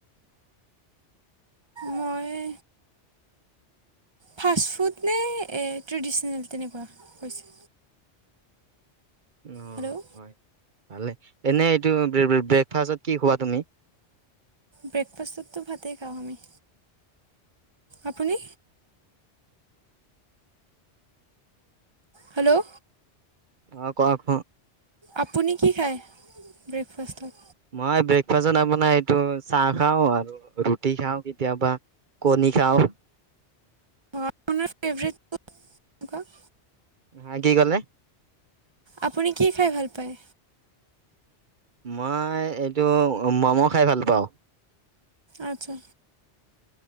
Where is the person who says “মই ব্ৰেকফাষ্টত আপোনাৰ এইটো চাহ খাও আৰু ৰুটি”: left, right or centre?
Right